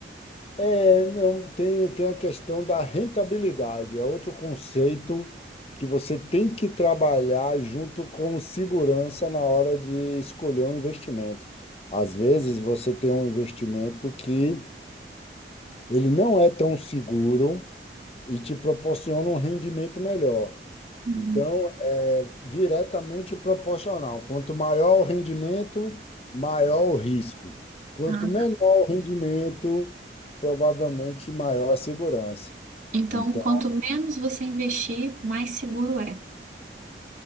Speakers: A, on the left; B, on the right.
A: É, não, tem, tem a questão da rentabilidade, é outro conceito que você tem que trabalhar junto com segurança na hora de escolher um investimento. Às vezes, você tem um investimento que ele não é tão seguro e te proporciona um rendimento melhor.
B: Uhum.
A: Então, é diretamente proporcional. Quanto maior o rendimento, maior o risco. Quanto
B: Ah,
A: menor
B: tá.
A: o rendimento, provavelmente maior a segurança.
B: Então,
A: Então,
B: quanto menos você investir, mais seguro é.